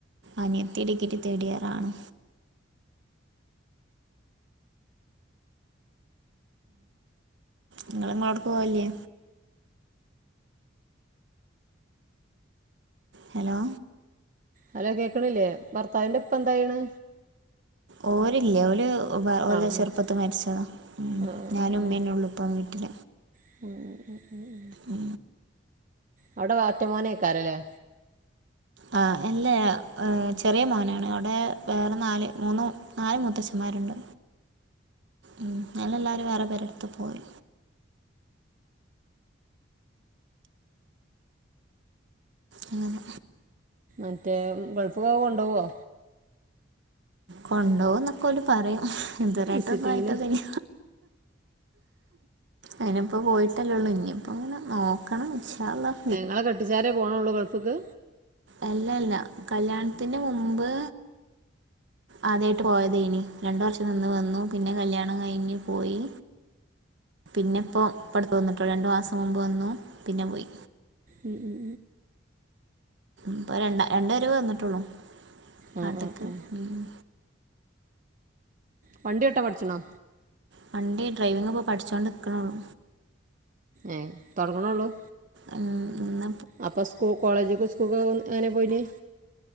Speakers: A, on the right (about 65°); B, on the right (about 45°).
A: അനിയത്തി ഡിഗ്രി തേർഡ് ഇയർ ആണ്. ഇങ്ങള് ഇങ്ങളോട്ക്ക്‌ പോവലില്ലേ? ഹലോ
B: ഹലോ കേൾക്കണില്ലേ? ഭർത്താവിന്റെ ഇപ്പ എന്തയ്യണ്?
A: ഓരില്ല ഓല് ഓലെ
B: ആ മരിച്ചു
A: ചെറുപ്പത്ത് മരിച്ചതാ
B: ആ ആ
A: ഞാനും
B: ആ ആ
A: മ്മന്നെ ഉള്ളൂ. ഇപ്പം വീട്ടില
B: ഉം
A: ആ.
B: അവടെ വാർറ്റിമോനെക്കാരല്ലേ.
A: ആഹ് അല്ല ആഹ് ചെറിയ മോനാണ്, അവിടെ വേറെ നാല് മൂന്ന് നാല് മുത്തച്ഛന്മാരുണ്ട്. ആ ഒല എല്ലാരും വേറെ പേരെട്ത്ത് പോയി. അങ്ങനെ
B: മറ്റേ ഗൾഫ് ഒക്കെ കൊണ്ടൊകൊ
A: കൊണ്ടുപോകുന്നൊക്കെ ഓര് പറയുന്നു ഇതുവരെയിട്ട്
B: വിസിറ്റിങ്ങിന്
A: ഒന്നും ആയിട്ടോന്നുല്ല. അയിന് ഇപ്പോ പോയിട്ടല്ലേ ഉള്ളൂ ഇനി ഇപ്പോ ഇങ്ങനെ നോക്കണം ഇൻഷാ അല്ലാള്.
B: എ ഇങ്ങളെ കെട്ടിച്ചാരേ പോണോള്ളൂ ഗൾഫ്ക്ക്.
A: അല്ലല്ല കല്യാണത്തിന്റെ മുമ്പ്. ആദ്യായിട്ട് പോയതെനി രണ്ടു വർഷം നിന്ന് വന്നു പിന്നെ കല്യാണം കഴിഞ്ഞ് പോയി. പിന്നെ ഇപ്പോ ഇപട്ത്ത് വന്ന്ട്ടോ രണ്ടു മാസം മുമ്പ് വന്നു പിന്നെ പോയി.
B: ഉം ഉം
A: ഇപ്പൊ രണ്ട രണ്ട് വരവ് വന്ന്ട്ടോള്ളൂ
B: ആ
A: നാട്ടിക്ക്
B: ആ ആ
A: ഉം.
B: വണ്ടി ഓട്ടൻ പഠിച്ച്ണോ?
A: വണ്ടി ഡ്രൈവിംഗ്പ്പോ പഠിച്ചോണ്ട് നിക്ക്ണോള്ളൂ.
B: ഏ തൊടങ്ങ്ണോള്ളൂ.
A: ഉം ഇന്ന.
B: അപ്പൊ സ്കൂ കോളെജ്ക്കും ഉ സ്കൂൾക്കോൻ എങ്ങനെ പോയിന്.